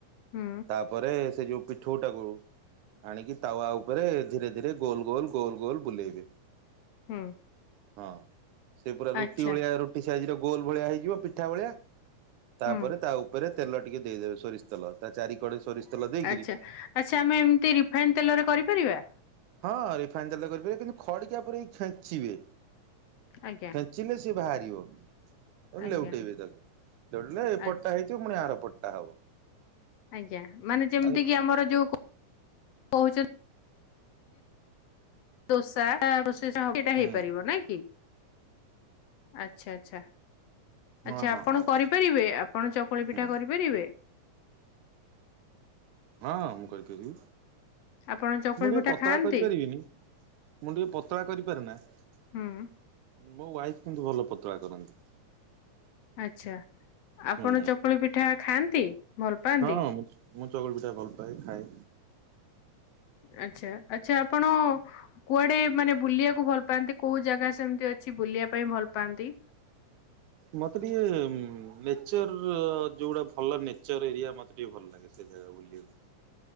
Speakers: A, on the left; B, on the right.
A: ହୁଁ
B: ତାପରେ ସେ ଯୋଉ ପିଠୁ ଟା କୁ ଆଣିକି ତାୱା ଉପରେ ଧୀରେ ଧୀରେ ଗୋଲ ଗୋଲ ଗୋଲ ଗୋଲ ବୁଲେଇବେ।
A: ହୁଁ।
B: ହଁ ସେ ପୁରା ରୁଟି
A: ଆଚ୍ଛା
B: ଭଳିଆ ରୁଟି ସାଇଜରେ ଗୋଲ ଭଳିଆ ହେଇଯିବ ପିଠା ଭଳିଆ। ତାପରେ
A: ହୁଁ
B: ତା ଉପରେ ତେଲ ଟିକେ ଦେଇଦେବେ ସୋରିଷ ତେଲ, ତା ଚାରି କଡେ ସୋରିଷ ତେଲ ଦେଇକିରି
A: ଆଚ୍ଛା ଆଚ୍ଛା ଆମେ ଏମିତି ରିଫାଇନ ତେଲରେ କରିପାରିବା?
B: ହଁ ରିଫାଇନ୍ ତାେଲେ କରିପାରିବେ, କିନ୍ତୁ ଖଡ଼ିକା ପରେରେଇ ଖେଞ୍ଚିବେ।
A: ଆଜ୍ଞା
B: ଫେଚିଲେ ସି ବାହାରିବ, ଆଉ
A: ଆଜ୍ଞା
B: ଲେଉଟେଇବେ ତାକୁ ଲେଉଟିଲେ ଏପ
A: ଆଚ୍ଛା
B: <unintelligible> ମୁଣିି ଆରପଟ ହବ।
A: ଆଜ୍ଞା ମାନେ ଯେମିତି
B: ଆଉ
A: କି ଆମର ଯୋଉ କହୁଛନ୍ତି। ଦୋସା <unintelligible> ସେଇଟା ହେଇପାରିବ
B: ହୁଁ
A: ନାଇ କି ଆଚ୍ଛା ଆଚ୍ଛା। ଆଚ୍ଛା
B: ହଁ ହଁ
A: ଆପଣ
B: ହଁ ହଁ
A: କରିପାରିବେ ଆପଣ ଚକୁଳି ପିଠା
B: ହୁଁ
A: କରିପାରିବେ?
B: ହଁ ହଁ ମୁଁ କହିପାରିବି,
A: ଆପଣ ଚକୁଳି
B: ମୁଁ ଟିକେ
A: ପିଠା
B: ପତଳା
A: ଖାଆନ୍ତି
B: କରିପାରିବିନି। ମୁଁ ଟିକେ ପତଳା କରିପାରେ ନା ମୋ
A: ହୁଁ
B: ୱାଇଫ କିନ୍ତୁ ଭଲ ପତଳା କରନ୍ତି।
A: ଆଚ୍ଛା ଆପଣ
B: ହୁଁ
A: ଚକୁଳି ପିଠା ଖାଆନ୍ତି? ଭଲ ପାଆନ୍ତି
B: ହଁ ମୁଁ ମୁଁ ଚକୁଳି ପିଠା ଭଲ ପାଏ ଖାଏ।
A: ଆଚ୍ଛା ଆଚ୍ଛା ଆପଣ କୁଆଡେ ମାନେ ବୁଲିବାକୁ ଭଲ ପାଆନ୍ତି କୋଉ ଜାଗା ସେମିତି ଅଛି ବୁଲିବା ପାଇଁ ଭଲ ପାଆନ୍ତି?
B: ମତେ ଟିକେ ନେଚର ଯୋଉଗୁଡା ଭଲ ନେଚର ଏରିଆ ମତେ ଟିକେ ଭଲ ଲାଗେ। ସେ ଜାଗା ବୁଲିବାକୁ।